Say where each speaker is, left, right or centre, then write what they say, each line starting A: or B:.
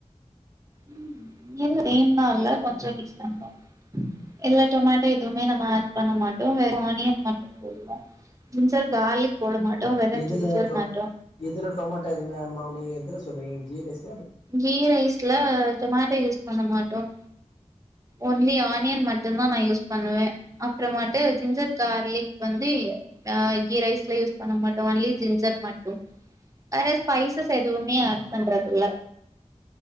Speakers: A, on the right (about 25°); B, on the left (about 55°).
A: ம் இல்ல சேம்லா இல்ல கொஞ்சம் டிஃபெரெனெட் தா இதுல டொமேட்டோ எதுவுமே நம்ம ஆட் பண்ண மாட்டோம் வேறும் ஆனியன் மட்டும் போடுவன் ஜிஞ்சர் கார்லிக் போட மாட்டோ வெறு
B: எதுல
A: ஜிஞ்சர்
B: டொ
A: மட்டு
B: எதுல டொமேட்டா எதுவுமே ஆட் பன்னமாடிங்க எதுனா சொல்றீங்க கீரைஸ்
A: கீ ரைஸ்ல டொமாட்டா யூஸ் பண்ண மாட்டோம் ஓன்லி ஆனியன் மட்டும் தா நா யூஸ் பண்ணுவேன் அப்புறமேட்டு ஜின்சர் கார்லிக் வந்து ஹா கீ ரைஸ்ல யூஸ் பண்ண மாட்டோம் ஒன்லி ஜின்ஜர் மட்டும் வேற ஸ்பைசஸ் எதுவுமே அட் பண்றது இல்ல